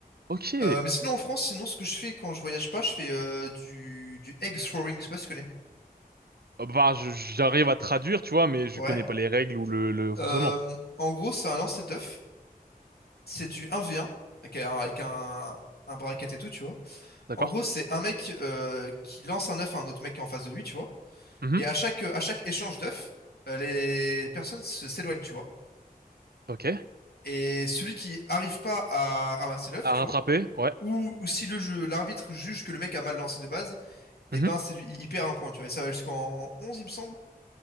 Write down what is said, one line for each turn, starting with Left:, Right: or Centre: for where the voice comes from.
Right: Ok.
Left: Euh, mais sinon en France, sinon ce que je fais quand je voyage pas, je fais euh, du, du egg throwing, je sais pas si tu connais.
Right: Ah, Bah, je- j'arrive à traduire, tu vois, mais je
Left: Ouais.
Right: connais pas les règles ou le, le fonctionnement.
Left: Euh, en gros, c'est un lancer d'œuf. C'est du 1v1, avec un, avec un, un bracket et tout, tu vois.
Right: D'accord.
Left: En gros, c'est un mec euh, qui lance un œuf à un autre mec qui est en face de lui, tu vois.
Right: Mhm.
Left: Et à chaque, à chaque échange d'œufs, euh, les personnes se- s'éloignent, tu vois.
Right: Ok.
Left: Et celui qui arrive pas à ramasser l'œuf,
Right: À
Left: tu
Right: rattraper,
Left: vois,
Right: ouais.
Left: ou, ou si le jeu, l'arbitre juge que le mec a mal lancé de base,
Right: Mhm.
Left: et ben c'est lui, il il perd un point, tu vois. Et ça va jusqu'en 11 il me semble.